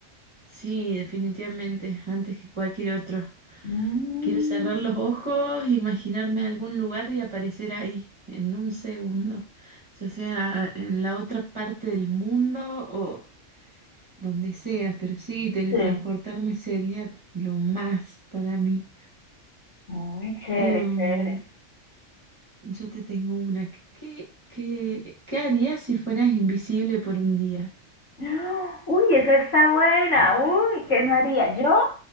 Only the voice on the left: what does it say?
Mm,
sí.
muy chévere,
chévere.
<gasps> ¡Ah! Uy, esa está buena. Uy, ¿qué no haría? Yo